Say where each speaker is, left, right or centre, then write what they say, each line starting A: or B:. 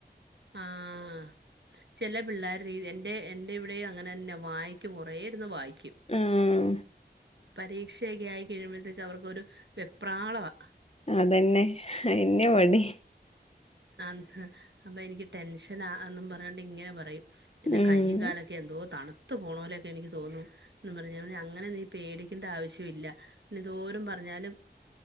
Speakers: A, on the right; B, on the left.
A: ആഹ് ചെല പിള്ളേര് <unintelligible> എൻ്റെ എന്റെ ഇവിടെയും. അങ്ങനെന്നെ വായിക്കും കൊറേ ഇരുന്ന് വായിക്കും
B: ഉം
A: പരീക്ഷയൊക്കെയായി കഴിയുമ്പോളത്തേക്ക്‌ അവർക്കൊരു വെപ്രാളവാ
B: അതെന്നെ അതുതന്നെയാ ഇവിടെ
A: ആ അപ്പൊ എനിക്ക് ടെൻഷനാ എന്നും പറഞ്ഞോണ്ട് ഇങ്ങനെ പറയും എന്റെ
B: ഉം
A: കയ്യയും കാലൊക്കെ എന്തോ തണുത്ത് പോണോലൊക്കെ എനിക്ക് തോന്നും എന്നും പറഞ്ഞ അങ്ങനെ നീ പേടിക്കേണ്ട ആവശ്യം ഇല്ല എന്നെന്തോരും പറഞ്ഞാലും